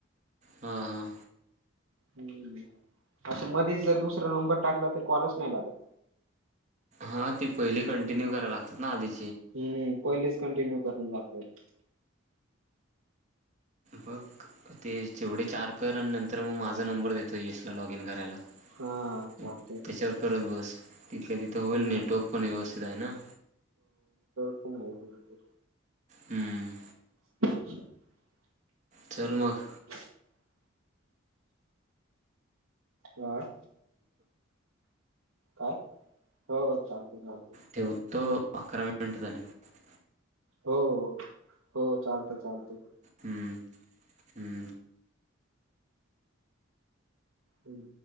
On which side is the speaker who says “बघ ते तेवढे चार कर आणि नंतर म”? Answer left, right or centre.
Right